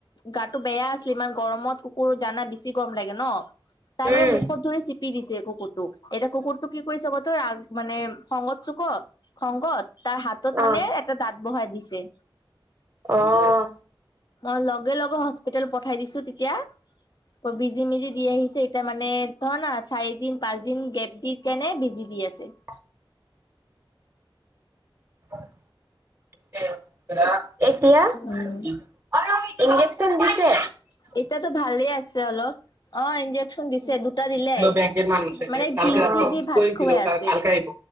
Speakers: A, on the left (about 50°); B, on the right (about 25°).
A: গাতটো বেয়া আছিলে ইমান গৰমত কুকুৰ জানা বেছি গৰম লাগে ন। তাৰমানানে
B: উম,
A: মুখত ধৰি চিপি দিছে কুকুৰটোক এতিয়া কুকুৰটোক কি কৰিছে ক তই মানে খঙগত চুক খঙগত তাৰ হাতত
B: অ',
A: মানে এটা দাঁত বহাই দিছ ছে।
B: অহ।
A: মই লগে লগে হস্পিতেল পঠাই দিছো তেতিয়া। অ বিজি মিজি দি আহিছে এতিয়া মানে ধৰ না চাৰিদিন পাঁচ দিন গেপ দি কেনে বিজি দি আছে।
B: <inaudible> <unintelligible> <unintelligible> এতিয়া
A: উম
B: <unintelligible> ইঞ্জেকচন দিছে।
A: এতিয়াতো ভালে আছে অলপ অ ইনজেকচন দিছে দুটা দিলে।
B: বেংকের মানুষ
A: মানে
B: কালকে
A: ঘি চি দি ভাত খুৱাই
B: দিলো
A: আছে।
B: কালকে আহিব।